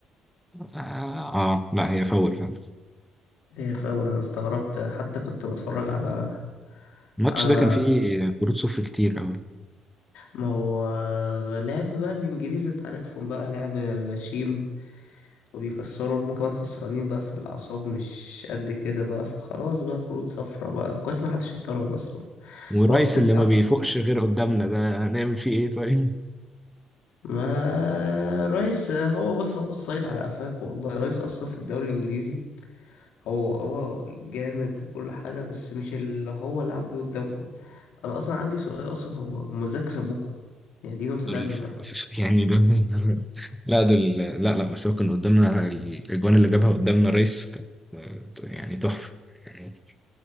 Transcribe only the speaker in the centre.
اه, آه لا هي فاول فعلا
الماتش
ده كان فيه كروت صفر كتير قوي
ورايس
اللي ما
بيفوقش غير قدامنا ده هنعمل فيه ايه طيب
دول
ف-
ف- ف- يعني دول <laughs> دول- لا دول لا لا بس هو كان قدامنا الاجوان اللي جابها قدامنا رايس كانت آه، يعني تحفة يعني